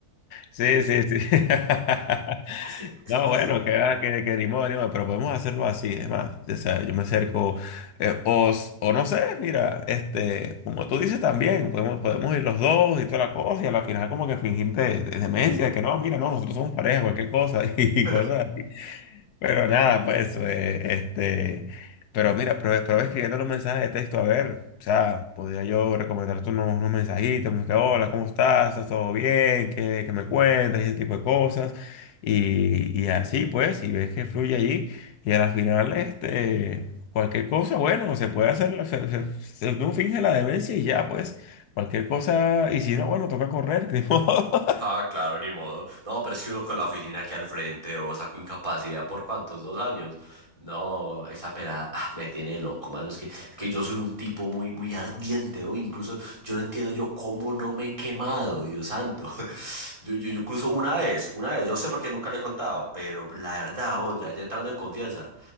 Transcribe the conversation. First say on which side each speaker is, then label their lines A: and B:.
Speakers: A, on the left; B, on the right.
A: Sí, sí, sí. <laughs>
B: Es que, es
A: No,
B: que yo
A: bueno,
B: soy.
A: que, va, que, que ni modo, ni modo, pero podemos hacerlo así, es más. O sea, yo me acerco, eh, o, s- o no sé, mira, este, como tú dices también, podemos, podemos ir los dos y toda la cosa, y a la final como que fingir de, de demencia, que no, mira, no, nosotros somos pareja, cualquier cosa, <laughs> y
B: <laughs>
A: cosas Pero nada, pues, eh, este, pero mira, prueba, prueba escribiendo los mensajes de texto, a ver, o sea, podría yo recomendarte unos, unos mensajitos, como que, hola, ¿cómo estás? ¿Estás todo bien? ¿Qué, qué me cuentas? Y ese tipo de cosas, y, y así, pues, si ves que fluye allí, y a la final, este, cualquier cosa, bueno, se puede hacer, la- se, se- se- uno finge la demencia y ya, pues, cualquier cosa, y si no, bueno, toca correr, <laughs> que ni modo.
B: Ah, claro, ni modo. No, pero es que uno con la oficina aquí al frente, o saco incapacidad por cuántos, dos años. No, esa pelada ah, me tiene loco, mano. Es que, es que yo soy un tipo muy, muy ardiente, o incluso yo no entiendo yo cómo no me he quemado, Dios santo. <laughs> Yo, yo, yo incluso una vez, una vez, yo sé por qué nunca le he contado, pero la verdad, oh, ya, ya entrando en confianza,